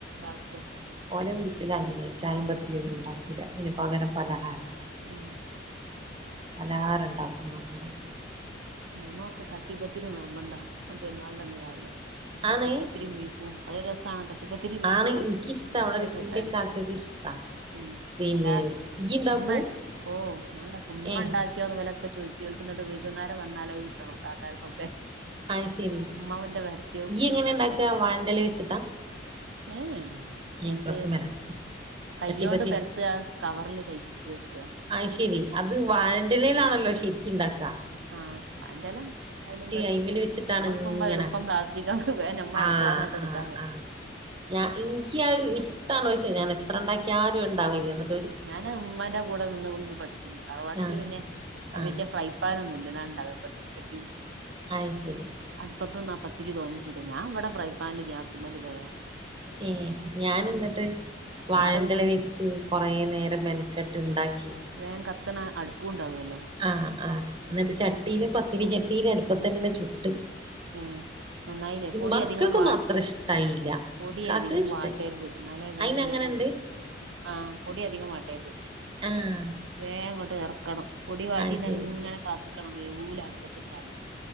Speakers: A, on the right (about 80°); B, on the right (about 25°).
A: താക്ക
B: ഓലെ വീട്ടിലങ്ങനെ ചായി പത്തിരിം ഒന്നും ഉണ്ടാക്കൂല അയ്ന് പകരം പലഹാരം
A: ഉം
B: പലഹാരം ഉണ്ടാക്കും നല്ലോണം
A: നമ്മൊളക്കെ കട്ടിപ്പത്തിരി നിർബന്ധാ പെരുന്നാളിൻ്റെന്ന് രാവിലെ കട്ടിപ്പത്തിരി
B: ആണ്
A: ബീഫും അത രസാണ് കട്ടിപ്പത്തിരി ബീഫും
B: ആണ് എനിക്കിഷ്ട
A: വെർട്ടിയ
B: അവിടെ
A: കൂട്ടാനും
B: ഇന്റെ ഇക്കാക്കക്ക് ഇഷ്ടാ
A: ഉം
B: പിന്നെ
A: അല്ല
B: ഇയ്യ് ഇണ്ടാക്കും
A: ഉമ്മേ ഓണ്ടാക്കും മ്മണ്ടാക്കി
B: ഏഹ്
A: ഇവലക്കെ ചോയ്ക്ക് കേൾക്ക്ന്ന്ണ്ട് വൈകുന്നാരം വന്നാലഹ് ക്ട്ടണം താത്താര്ക്കൊക്കെ.
B: അയ് ശരി
A: ഇമ്മാവന്റെ വർട്ട്യവും
B: ഇയ്യ് എങ്ങനെ
A: കട്ടിപ്പത്തി
B: ഇണ്ടാക്കാ വാഴന്റെല വെച്ചിട്ടാ
A: ഏഹ് ഏഹ്
B: ഏഹ്
A: എന്ത്
B: പ്രസ്മലോ
A: കയ്യോണ്ട്
B: ചട്ടിപ്പത്തിരി
A: പെ ത്ത കവറ്ൽ കൈ വ് ത്താ
B: അഹ്ശെരി അത് വാഴൻ്റെലെലാണല്ലോ ശരിക്ക്ണ്ടാക്കാ.
A: ആഹ് വായൻ്റലാ ആയാലും മതി
B: അയിമല് വെച്ചിട്ടാണ്
A: മ്മള്പ്പം
B: ഇങ്ങനെ
A: എള്പ്പം പ്ലാസ്റ്റിക്കാക്കും വേ ഞമ്മ
B: ആഹ്
A: അട്ക്കളേന്നാ
B: ആഹ്
A: എട്ക്കാലോ
B: ആഹ് ഞാ ഇൻക്ക്യഹ് ഇഷ്ടാണ് പക്ഷേ ഞാൻ എത്ര ണ്ടാക്കിയാലും ഇണ്ടാവേല്ല്യ ന്ന്
A: ഞാൻ മ്മാന്റെ കൂടെ നിന്നുകൊണ്ട് പഠിച്ചിണ് തറവാട്ട്ല്
B: ആഹ്
A: പിന്നെ
B: ആഹ്
A: വല്യ ക്രൈം വേറന്നുല്ലാ താണ്ടാവ പ്പ <unintelligible> ചട്ടിയും
B: അഹ്ശരി
A: അട്പ്പത്ത്ന്നാ പത്തിരി തോനിം ചുടും ഞാ ഇവടെ ഫ്രൈഫാൻൽ ഗ്യാസ്മ്മല് വേം
B: ഏഹ് ഞാൻ ന്ന്ട്ട് വാഴൻ്റല
A: ആടെ പിന്നെ
B: വെച്ച് കൊറെ നേരം മെൻ കെട്ട്ണ്ടാക്കി
A: വേം കത്ത്ണ അട്പ്പും ണ്ടാവല്ലോ.
B: ആഹ് ആഹ് ന്ന്ട്ട് ചട്ടീല് പത്തിരി ചട്ടീല് അട്പ്പത്തന്നെ ചുട്ട്
A: ഏഹ് നന്നായിലേ പൊടി
B: മക്കക്കൊന്നും
A: അധികം വാ
B: അത്ര ഇഷ്ടായില്ല
A: പൊടി
B: ഇക്കാക്ക്
A: അധികം
B: ഇഷ്ടായി
A: വാട്ടര്ത് ന്നാലേ വേം
B: അയിന്
A: വേവുള്ളൂ.
B: അങ്ങനെണ്ട്
A: ആഹ് പൊടി അധികം വാട്ടര്ത്
B: ആഹ്
A: വേം ങ്ങോട്ട് എർക്കണം. പൊടി വാട്ടീണ്ടങ്ങനെ
B: അയ് ശരി
A: കാത്ത്ക്കണം വേവൂല അട്പ്പത്ത്ട്ടാല്